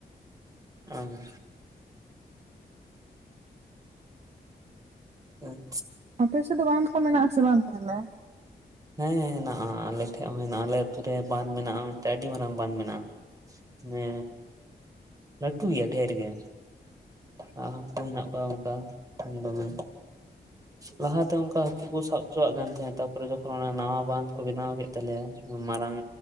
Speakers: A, on the right; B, on the right.
A: ᱚ ᱦᱮᱸ
B: ᱟᱯᱮ ᱥᱮᱫ ᱫᱚ ᱵᱟᱱᱫᱽ ᱠᱚ ᱢᱮᱱᱟᱜ ᱟᱥᱮ ᱵᱟᱝ ᱛᱟᱦᱚᱞᱮ?
A: ᱦᱮᱸ ᱦᱮᱱᱟᱜᱼᱟ᱾ ᱟᱞᱮ ᱴᱷᱮᱡ ᱦᱚᱸ ᱦᱮᱱᱟᱜᱼᱟ ᱟᱞᱮ ᱟᱛᱩ ᱨᱮᱦᱚ ᱵᱟᱸᱫ ᱢᱮᱱᱟᱜᱼᱟ ᱢᱤᱫ ᱟᱹᱰᱤ ᱢᱟᱨᱟᱝ ᱵᱟᱸᱫ ᱢᱮᱱᱟᱜᱼᱟ᱾ ᱦᱮ ᱞᱟᱴᱩ ᱜᱮᱭᱟ ᱰᱷᱮᱨ ᱜᱮ ᱟᱨ ᱦᱟᱹᱠᱩ ᱦᱮᱱᱟᱜ ᱠᱚᱣᱟ ᱚᱱᱠᱟ ᱫᱚᱢᱮ ᱞᱟᱦᱟᱛᱮ ᱚᱱᱠᱟ ᱦᱟᱠᱩ ᱠᱚ‌ ᱥᱟᱵᱪᱚᱣᱟᱜ ᱠᱟᱱ ᱛᱟᱦᱮᱸᱼᱟ᱾ ᱛᱟᱯᱚᱨᱮ ᱡᱚᱠᱷᱚᱱ ᱱᱟᱣᱟ ᱵᱟᱸᱫᱷ ᱠᱚ ᱵᱮᱱᱟᱣ ᱠᱮᱫ ᱛᱟᱞᱮᱭᱟ ᱢᱟᱨᱟᱝ